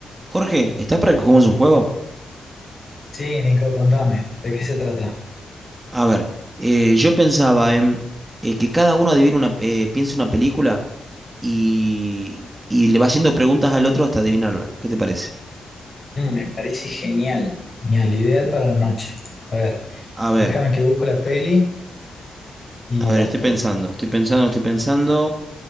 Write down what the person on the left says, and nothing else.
Sí, Nico, contame, ¿de qué se trata?
Mm, me parece genial, genial, ideal para la noche. A ver,
déjame que
busco la peli y
ya
estoy.